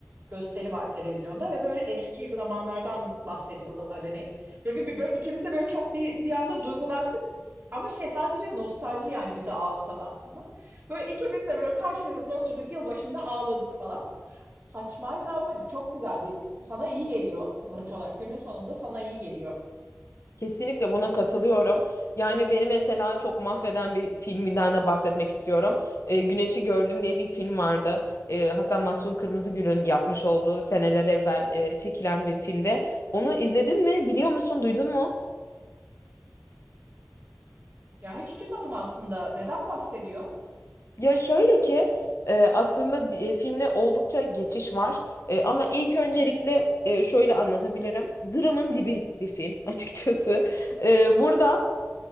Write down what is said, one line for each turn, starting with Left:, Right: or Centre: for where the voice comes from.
Right: gösteri var televizyonda ve böyle eski zamanlardan bahsediyorlar hani ve bir, bir- böyle ikimiz de böyle çok bir bir anda duygulandık ama şey sadece nostalji yani bizi ağlatan aslında. Böyle ikimiz de böyle karşılıklı oturduk yılbaşında ağladık falan. Saçmaydı ama çok güzeldi. Sana iyi geliyor sonuç olarak. Günün sonunda sana iyi geliyor.
Left: Kesinlikle buna katılıyorum. Yani beni mesela çok mahveden bir filminden de bahsetmek istiyorum. E, Güneşi Gördüm diye bir film vardı. E, hatta Mahsun Kırmızıgül'ün yapmış olduğu seneler evvel e, çekilen bir filmde. Onu izledin mi? Biliyor musun? Duydun mu?
Right: Ya hiç duymadım aslında. Neden bahsediyor?
Left: Ya şöyle ki e, aslında di- e, filmde oldukça geçiş var. E, ama ilk öncelikle e, şöyle anlatabilirim. Dramın dibi bir film <laughs> açıkçası. E, burada.